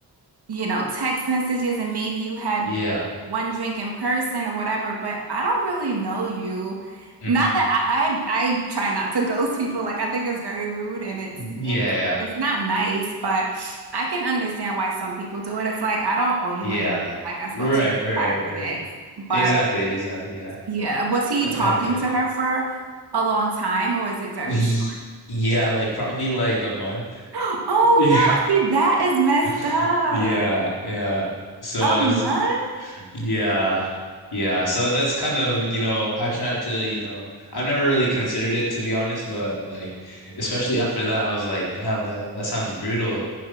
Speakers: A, on the right; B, on the left.
A: you know, text messages and maybe you had
B: Yeah.
A: one drink in person or whatever, but I don't really know you.
B: hmm
A: Not that I, I I try not to <laughs> ghost people. Like I think it's very rude and it's
B: Yeah.
A: it's it's not nice, but I can understand why some people do it. It's like I don't owe you
B: Yeah.
A: anything. Like I spoke
B: Right,
A: to you
B: right,
A: for five
B: right.
A: minutes. But
B: Exactly, exactly. Yeah.
A: yeah, was he
B: Like
A: talking
B: I get it.
A: to her for a long time or is it very
B: Y
A: short? <gasps>
B: yeah, like probably like a month.
A: Oh
B: Yeah.
A: no, see that is messed
B: <laughs>
A: up.
B: Yeah, yeah. So
A: A
B: it's
A: month?
B: yeah. Yeah. So that's kind of, you know, I tried to, you know, I've never really considered it to be honest, but like especially after that I was like, damn, that that sounds brutal.